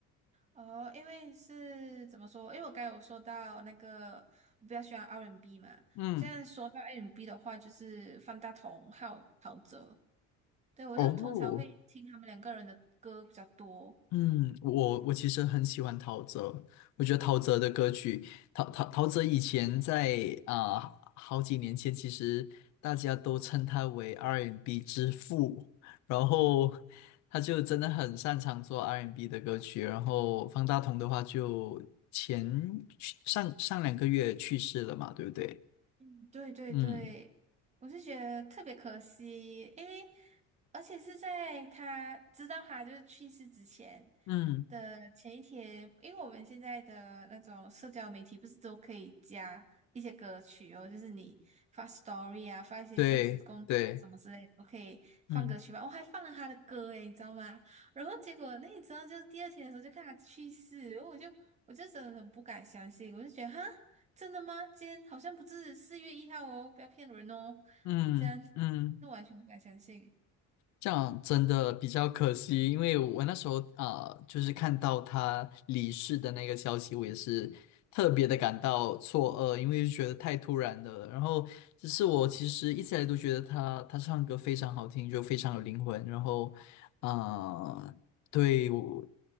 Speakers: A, on the right; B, on the left.
A: 哦，因为是怎么说？因为我刚才有说到那个我比较喜欢 R&B 嘛，
B: 嗯，
A: 这样说到 R&B 的话，就是方大同还有陶喆，对，我就通常会听他们两个人的歌比较多。
B: 哦，嗯，我我其实很喜欢陶喆，我觉得陶喆的歌曲，陶陶陶喆以前在啊、好几年前，其实大家都称他为 R&B 之父，然后他就真的很擅长做 R&B 的歌曲，然后方大同的话就前上上两个月去世了嘛，对不对？
A: 嗯对对对，
B: 嗯。
A: 我是觉得特别可惜，因为而且是在他知道他就是去世之前
B: 嗯，
A: 的前一天，因为我们现在的那种社交媒体不是都可以加一些歌曲哦，就是你发 story 啊，发一些现实动态什么之类的，
B: 对对，
A: 都可以放歌曲嘛。
B: 嗯
A: 我还放了他的歌诶，你知道吗？然后结果那你知道，就第二天的时候就看他去世，然后我就我就真的很不敢相信，我就觉得哈。真的吗？今天好像不是四月一号哦，不要骗人哦。
B: 嗯嗯。
A: 这样，那完全不敢相信。
B: 这样真的比较可惜，因为我那时候啊、呃就是看到他离世的那个消息，我也是特别的感到错愕，因为就觉得太突然了。然后，只是我其实一直以来都觉得他他唱歌非常好听，就非常有灵魂。然后，啊、对，我